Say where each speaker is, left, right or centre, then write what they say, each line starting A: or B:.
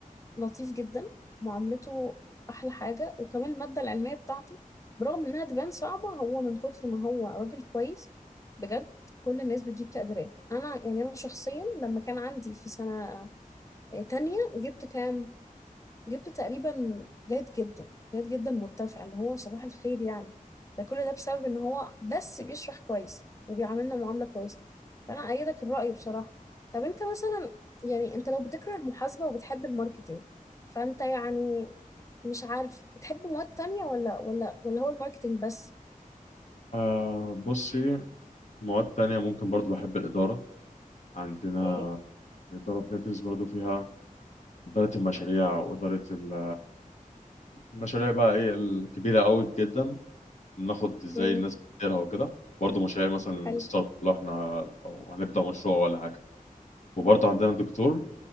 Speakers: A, on the left; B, on the left.
A: لطيف جدا معاملته احلى حاجه وكمان الماده العلميه بتاعته برغم انها تبان صعبه هو من كتر ما هو راجل كويس بجد كل الناس بتجيب تقديرات انا يعني انا شخصيا لما كان عندي في سنه تانية جبت كام جبت تقريبا جيد جدا جيد جدا مرتفع اللي هو صباح الخير يعني ده كل ده بسبب ان هو بس بيشرح كويس وبيعاملنا معاملة كويسة فانا ايدك الرأي بصراحة طب انت مثلا يعني انت لو بتكره المحاسبة وبتحب الماركتينج فانت يعني مش عارف بتحب مواد تانية ولا ولا ولا هو الماركتينج بس
B: آه بصي مواد تانية ممكن برضو بحب الإدارة عندنا
A: اوكي
B: الإدارة بندرس برضو فيها إدارة المشاريع وإدارة ال- المشاريع بقى إيه الكبيرة أوي جدا ناخد ازاي
A: امم
B: الناس بتديرها وكده برضه مشاريع مثلا
A: حلو
B: ستارت لو احنا لو هنبدا مشروع ولا حاجه وبرضه عندنا دكتور